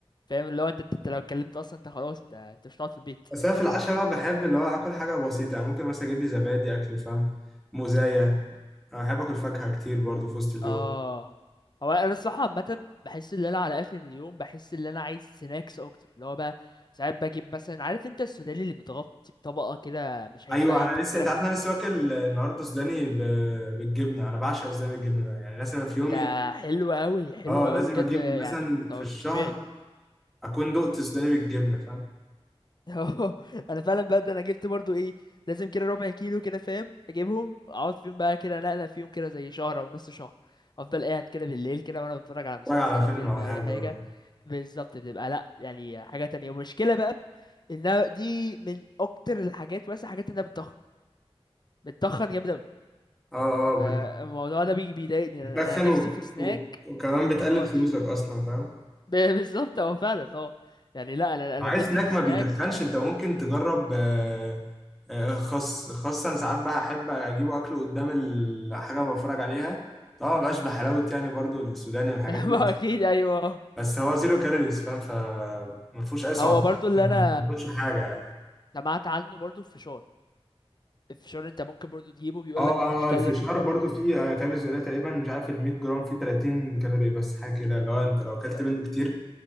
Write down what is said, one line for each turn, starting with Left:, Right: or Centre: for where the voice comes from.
Left: فاهم اللي هو انت انت لو اتكلمت اصلا انت خلاص انت انت مش هتقعد في البيت
Centre: بس انا في العشاء بقى بحب اللي هو اكل حاجه بسيطه يعني ممكن مثلا اجيب لي زبادي اكله فاهم موزايه أنا بحب اكل فاكهه كتير برضو في وسط اليوم
Left: اه هو انا الصراحه عامه بحس ان انا على اخر اليوم بحس ان انا عايز سناكس اكتر اللي هو بقى ساعات بجيب مثلا عارف انت السوداني اللي متغطي بطبقه كده مش عارف
Centre: ايوه
Left: بقى
Centre: انا
Left: يتحط
Centre: لسه
Left: لك
Centre: انت عارف
Left: ح-
Centre: إن انا لسه واكل النهارده سوداني ب... بالجبنه انا بعشق السوداني بالجبنه ده يعني مثلا في يومي
Left: ده حلو قوي حلو
Centre: اه لازم
Left: قوي بجد
Centre: اجيب
Left: يعني
Centre: مثلا
Left: طو-
Centre: في الشهر
Left: مش طبيعي
Centre: اكون دقت سوداني بالجبنه فاهم
Left: <laughs> اه انا فعلا بجد انا جبت برضو ايه لازم كده ربع كيلو كده فاهم اجيبهم اقعد فيهم بقى كده نقله فيهم كده زي شهر او نص شهر افضل قاعد كده بالليل كده وانا بتفرج على مسلسل
Centre: اتفرج على فيلم
Left: فيلم
Centre: او
Left: اي
Centre: حاجه
Left: حاجه
Centre: اه
Left: بالظبط بتبقى لا يعني حاجة تانية ومشكلة بقى انها دي من اكتر الحاجات مثلا حاجات انها بتتخن بتتخن جامد اوي
Centre: اه اه
Left: فالموضوع
Centre: بت-
Left: ده بي- بيضايقني
Centre: بتتخن
Left: انا أنا
Centre: و...
Left: نفسي في سناك
Centre: و... وكمان
Left: متتخنش
Centre: بتقلل فلوسك اصلا فاهم
Left: ب- بالظبط اه فعلا اه يعني لا انا انا
Centre: عايز
Left: نفسي
Centre: سناك
Left: في سناك
Centre: ما بيتخنش
Left: آه،
Centre: انت ممكن تجرب آه، آه، خس خس انا ساعات بقى احب اجيبه اكله قدام الحاجه اللي بتفرج عليها طبعا ما بقاش بحلاوه
Left: مم.
Centre: يعني برضو السوداني والحاجات
Left: <laughs>
Centre: دي
Left: ما
Centre: بس
Left: اكيد ايوه
Centre: بس هو زيرو كالوريز فاهم فما فيهوش اي سعرات
Left: هو برضو اللي
Centre: انت
Left: انا
Centre: ما بتاكلش حاجه يعني
Left: سمعت عنه برضو في فشار الفشار انت ممكن برضو تجيبه بيقول
Centre: اه
Left: لك
Centre: اه
Left: ما فيهوش كالوريز
Centre: آه، الفشار
Left: برضو
Centre: برضو فيه آه، كالوريز قليله تقريبا مش عارف ال 100 جرام فيه 30 كالوري بس حاجه كده اللي هو انت لو اكلت
Left: لا،
Centre: منه كتير